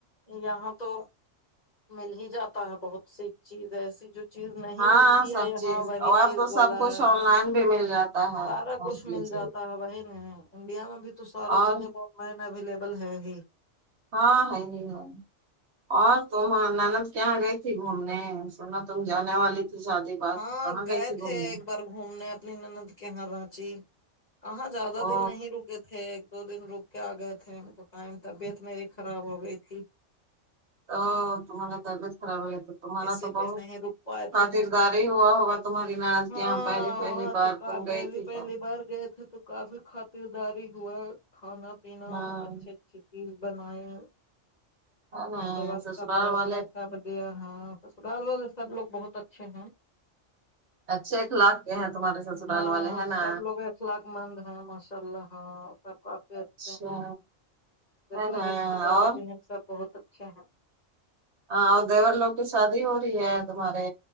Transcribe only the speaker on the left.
یہاں تو مل ہی جاتا ہے بہت سی چیز ایسی جو چیز نہیں
ملتی
ہے یہاں
وہی
چیز
بولا
ہے
سارا
کچھ مل
جاتا وہی نہیں انڈیا میں بھی تو سارا
چیز ا آن لائن اویلیبل ہے ہی
ہاں
گئے
تھے ایک بار گھومنے اپنی نند کے یہاں رچی کہاں زیادہ
دن نہیں رکے تھے دو دن رک کے آ گئے تھے ہم کو ٹائم طبیعت میری خراب ہو گئی تھی
اسی
لیے
نہیں رک پائے
تھے ہم
ہاں
وہاں
تو کا
پہلی
پہلی
بار گئے تھے تو کافی خاطرداری ہوا کھانا پینا
اچھی اچھی چیز بنائے
آتے وقت
کپڑا
وپڑا سب دیا ہے سسرال والے سب لوگ بہت اچھے ہیں
ہاں
سب لوگ اخلاق مند ہیں ماشاء اللہ ہاں سب کافی اچھے
ہیں اس
میں رشتے دار
بھی ہیں سب بہت اچھے ہیں